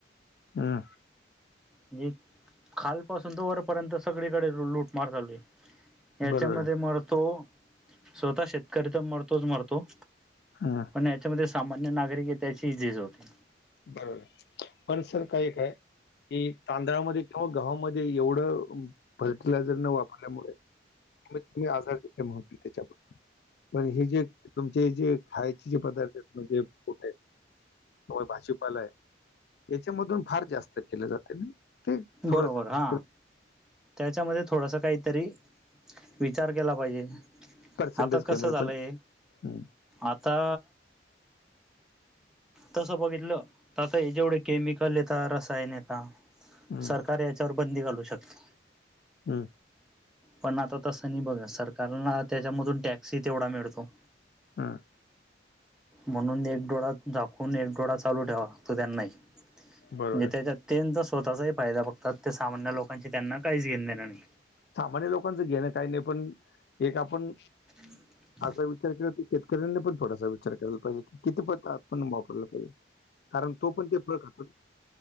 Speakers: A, on the left; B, in the centre.
A: हम्म.
B: म्हणजे खालपासून तर वरपर्यंत सगळी कडे लूटमार चालु आहे. याच्यामध्ये
A: बरोबर आहे
B: मरतो, स्वतः शेतकरी तर मरतोच मरतो.
A: हा.
B: पण याच्यामध्ये सामान्य नागरिक आहे, त्यांची ही झीज होते.
A: बरोबर पण सर काय एकय. की तांदळामध्ये किंवा गव्हामध्ये, एवढं फर्टिलायझर न वापरल्यामुळे. कमीत कमी आजार किती कमी होतील. <unintelligible> पण हे जे तुमचे जे खायचे जे, पदार्थ आहेत म्हणजे कुठे. भाजीपाला आहे. त्यांच्यामधून फार जास्त केलं जात ना. ते थोडंसं
B: बरोबर हां. त्यांच्यामध्ये थोडासा काहीतरी विचार केला पाहिजे.
A: पर्सेंटेज
B: आता कसं
A: कमी आहे
B: झालंय
A: पण हं,
B: आता. तसं बघितलं तर आता हे, जेवढे केमिकल येतात रसायन येता.
A: हं,
B: सरकार याच्यावर बंदी घालू शकत.
A: हम.
B: पण आता तसं नाही बघा, सरकारला त्यांच्यामधून टॅक्स तेवढा मिळतो.
A: हं,
B: म्हणून एक डोळा. दाखून एक डोळा चालू ठेवा, <unintelligible> म्हणजे
A: बरोबर आहे.
B: तेच्यात. त्यांच स्वतःचा फायदा बघतात ते, सामान्य लोकांचे त्यांना काही घेन देण नाही.
A: सामान्य लोकांचं घेणं काही नाही, पण एक आपण.
B: <inaudible>
A: असा विचार केला तर शेतकऱ्यांनी पण थोडासा विचार करायला पाहिजे, किपत आपण वापरलं पाहिजे. कारण तो पण ते फळ खातात.